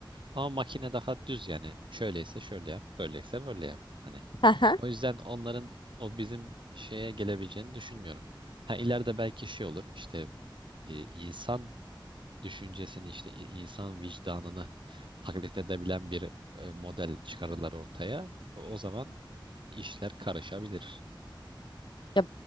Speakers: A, on the right; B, on the left.
A: Ama makine daha düz yani şöyleyse şöyle yap, böyleyse böyle yap. Hani
B: hı hı.
A: o yüzden onların o bizim şeye gelebileceğini düşünmüyorum. Ha ileride belki şey olur işte e, insan düşüncesini işte i- insan vicdanını taklit edebilen bir e, model çıkarırlar ortaya. O zaman işler karışabilir.
B: Ya